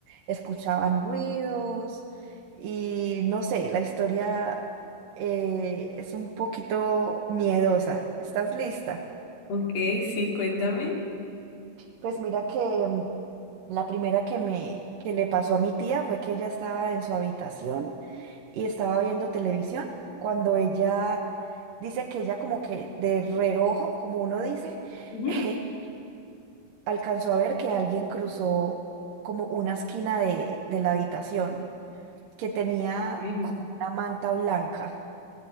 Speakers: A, on the right (about 70°); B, on the left (about 80°).
A: escuchaban ruidos y no sé, la historia eh, es un poquito miedosa. ¿Estás lista?
B: ok, sí, cuéntame.
A: Pues mira que mm, la primera que me que le pasó a mi tía fue que ella estaba en su habitación y estaba viendo televisión cuando ella dice que ella como que de reojo, como uno dice,
B: Ujú.
A: <laughs> alcanzó a ver que alguien cruzó como una esquina de, de la habitación que tenía
B: Ok.
A: como una manta blanca.